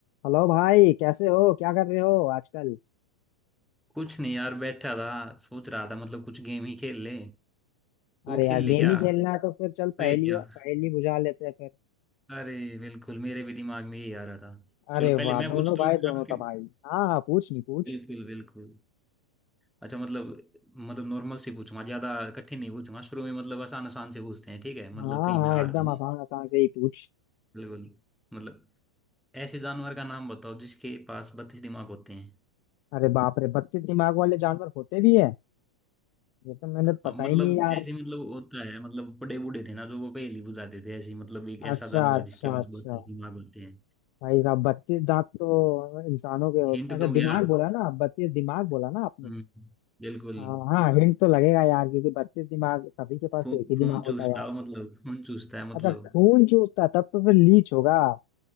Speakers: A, on the left; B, in the centre.
A: Hello भाई कैसे हो क्या कर रहे हो आजकल
B: कुछ नहीं यार बैठा था सोच रहा था मतलब कुछ गेम ही खेल ले वो
A: अरे यार
B: खेल
A: गेम
B: ले क्या
A: ही खेलना है तो फिर चल पहेली
B: पहेलियाँ
A: पहेली बुझा लेते हैं फिर
B: अरे बिल्कुल मेरे भी दिमाग में ये आ रहा था
A: अरे
B: चलो पहले
A: वाह
B: मैं
A: दोनों
B: पूछता
A: भाई
B: हूँ फिर
A: दोनों
B: आपकी
A: तो भाई हाँ हाँ पूछ नहीं पूछ
B: बिल्कुल बिल्कुल अच्छा मतलब मतलब नॉर्मल से पूछूंगा ज्यादा कठिन नहीं पूछूंगा शुरू में मतलब आसान आसान से पूछते हैं ठीक है मतलब
A: हाँ
B: कहीं
A: हाँ
B: मैं हार
A: एकदम
B: जाऊं
A: आसान आसान से ही पूछ
B: बिल्कुल मतलब ऐसे जानवर का नाम बताओ जिसके पास बत्तीस दिमाग होते हैं
A: अरे बाप रे बत्तीस दिमाग वाले जानवर होते भी है ये तो मैंने
B: हाँ,
A: पता
B: मतलब
A: ही नहीं यार
B: ऐसे मतलब होता है मतलब बड़े बूढ़े थे ना जो वो पहेली बुझाते थे ऐसे मतलब एक
A: अच्छा
B: ऐसा जानवर
A: अच्छा
B: जिसके पास
A: अच्छा
B: बत्तीस दिमाग होते हैं
A: भाई साहब बत्तीस दांत तो इंसानों के होते
B: हिंट
A: अच्छा
B: दो क्या
A: दिमाग बोला ना बत्तीस दिमाग बोला ना आपने
B: हम्म, बिल्कुल
A: हाँ हाँ हिंट तो लगेगा यार क्योंकि बत्तीस दिमाग सभी के पास
B: खून
A: तो एक ही
B: खून
A: दिमाग होता
B: चूसता
A: है यार
B: हो मतलब खून चूसता है मतलब
A: अच्छा खून चूसता तब तो फिर लीच होगा